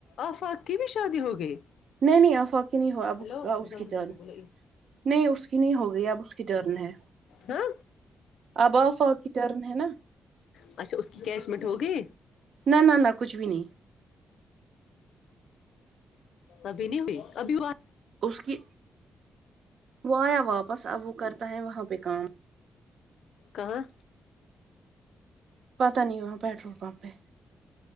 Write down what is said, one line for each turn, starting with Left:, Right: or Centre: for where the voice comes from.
Left: آفاق کی بھی شادی ہو گئی
Right: نہیں نہیں آ فقت نہیں ہو اب
Left: ہلو
Right: اس کی ٹرن
Left: کو بولو
Right: نہیں اس کی نہیں ہو گئی اب اس کی ٹرن ہے
Left: ہاں
Right: اب آفا کی ٹرن ہے نا
Left: اچھا اس کی کیش مٹ ہوگی
Right: نہ نہ نہ کچھ بھی نہیں
Left: ابھی نہیں ہوئی ابھی وہ
Right: اس کی وہ آیا واپس اب وہ کرتا ہے وہاں پہ کام
Left: کہاں
Right: پتا نہیں وہاں پیٹرول پمپ ہے